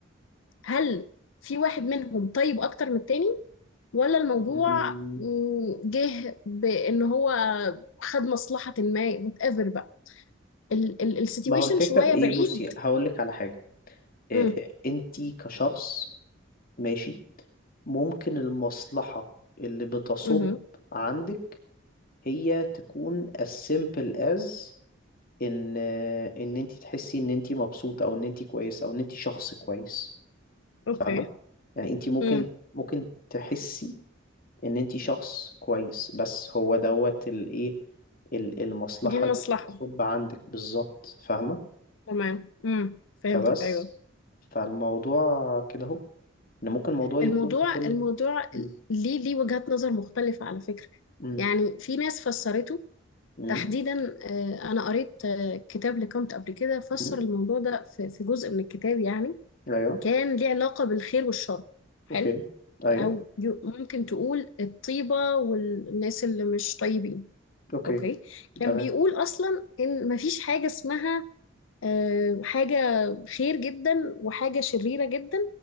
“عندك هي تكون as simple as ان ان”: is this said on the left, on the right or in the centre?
Left